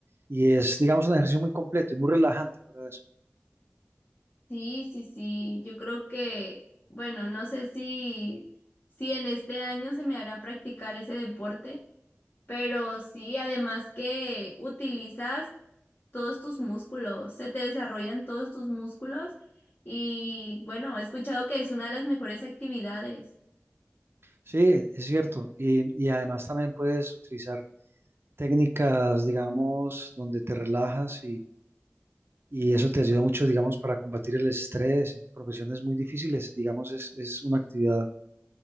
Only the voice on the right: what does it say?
y es, digamos, un ejercicio muy completo y muy relajante fuera de eso.
Sí, es cierto. Y, y además también puedes utilizar técnicas, digamos, donde te relajas y eso te ayuda mucho, digamos, para combatir el estrés en profesiones muy difíciles. Digamos, es, es una actividad